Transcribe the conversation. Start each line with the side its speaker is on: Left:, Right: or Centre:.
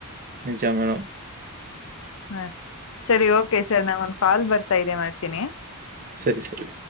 Right: ನಿಜ ಮೇಡಂ.
Left: ಹಾ ಸರಿ ಓಕೆ ಸರ್ ನಾ ಒಂದ್ ಕಾಲ್ ಬರ್ತಾ ಇದೆ ಮಾಡ್ತೀನಿ.
Right: ಸರಿ ಸರಿ.